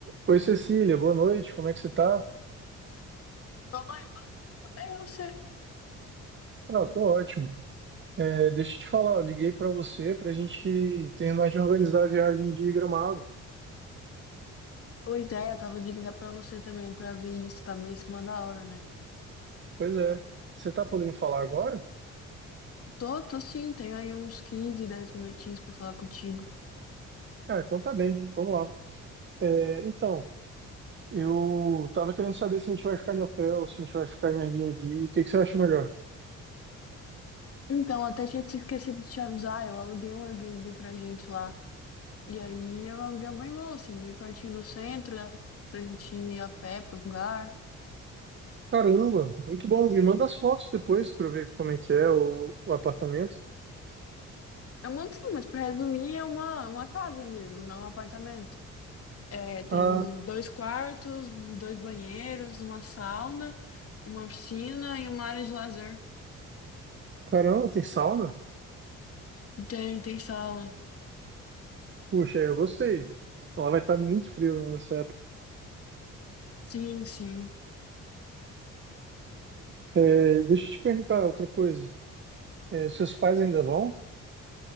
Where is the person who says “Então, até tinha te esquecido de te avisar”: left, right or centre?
Left